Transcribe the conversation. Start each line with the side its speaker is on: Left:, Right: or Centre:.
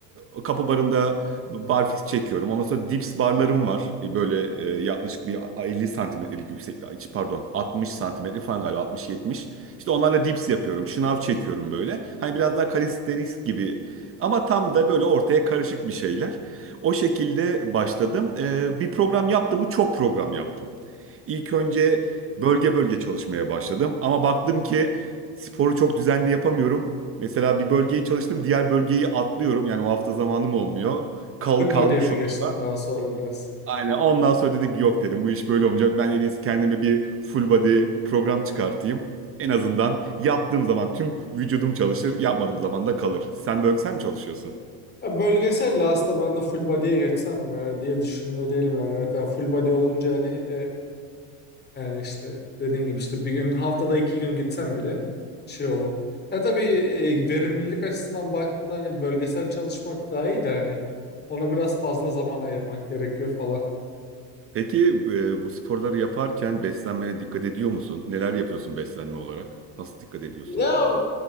Right: e, kapı barında barfiks çekiyorum. Ondan sonra dips barlarım var. E, böyle e, yaklaşık bir 50 santimetrelik yükseklik. Pardon 60 santimetre falan galiba altmış yetmiş İşte onlarla dips yapıyorum. Şınav çekiyorum böyle. Hani biraz daha calisthenics gibi. Ama tam da böyle ortaya karışık bir şeyler. O şekilde başladım. Ee, bir program yaptım mı çok program yaptım. İlk önce bölge bölge çalışmaya başladım. Ama baktım ki sporu çok düzenli yapamıyorum. Mesela bir bölgeyi çalıştım, diğer bölgeyi atlıyorum. Yani o hafta zamanım olmuyor. Kal
Left: Full
Right: kalmış
Left: body'ye mi
Right: oluyor.
Left: geçtin daha sonra biraz?
Right: Aynen. Ondan sonra dedim ki yok dedim bu iş böyle olmayacak. Ben en iyisi kendime bir full body program çıkartayım. En azından yaptığım zaman tüm vücudum çalışır, yapmadığım zaman da kalır. Sen bölgesel mi çalışıyorsun?
Left: Ya bölgesel de aslında ben de full body'ye geçsem mi e, diye düşünme değilim yani. Evet yani full body olunca hani Yani işte dediğin gibi işte bir gün haftada iki gün gitsem bile şey o. Ya tabii e, verimlilik açısından baktığında hani bölgesel çalışmak daha iyi de hani ona biraz fazla zaman ayırmak gerekiyor falan.
Right: Peki e, bu sporları yaparken beslenmene dikkat ediyor musun? Neler yapıyorsun beslenme olarak? Nasıl dikkat ediyorsun
Left: Ya
Right: ya da ne?